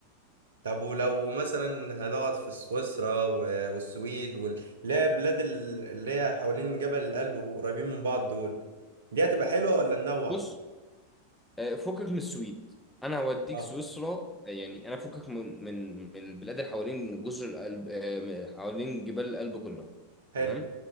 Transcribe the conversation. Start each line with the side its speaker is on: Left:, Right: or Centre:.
Right: طب ولو مثلا هنقعد في سويسرا و- والسويد وال- اللي هي بلاد ال- اللي هي حوالين جبل الألب وقريبين من بعض دول دي هتبقى حلوه ولا ننوع
Centre: بص آه، فكك من السويد أنا هوديك
Right: اه
Centre: سويسرا آه، يعني أنا فكك من من من البلاد اللي حوالين جزر القلب آه، حوالين جبال الألب كلها
Right: حلو
Centre: تمام